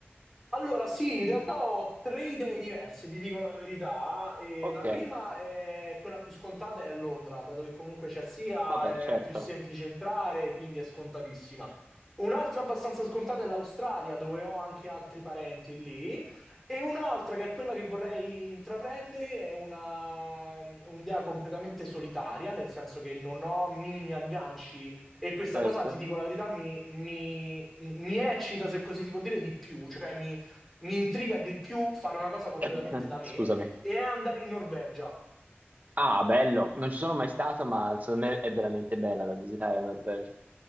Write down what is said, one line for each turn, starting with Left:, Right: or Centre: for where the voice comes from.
Centre: Allora, sì, in realtà ho tre idee diverse, ti dico la verità. eh.
Right: Ok,
Centre: E la prima è quella più scontata, è a Londra, dato che comunque c'è sia,
Right: vabbè, certo,
Centre: è più semplice entrare, quindi è scontatissima. Un'altra abbastanza scontata è l'Australia, dove ho anche altri parenti lì, e un'altra che è quella che vorrei intraprendere è una, mm, un'idea completamente solitaria, nel senso che non ho minimi agganci e questa
Right: certo.
Centre: cosa, ti dico la verità, mi, mi- mi eccita, se così si può dire, di più, cioè mi mi intriga di più fare una cosa completamente
Right: <laughs> Eh,
Centre: da me
Right: Scusami.
Centre: e è andare in Norvegia.
Right: Ah, bello, non ci sono mai stato, ma secondo me è veramente bella da visitare la Norvegia.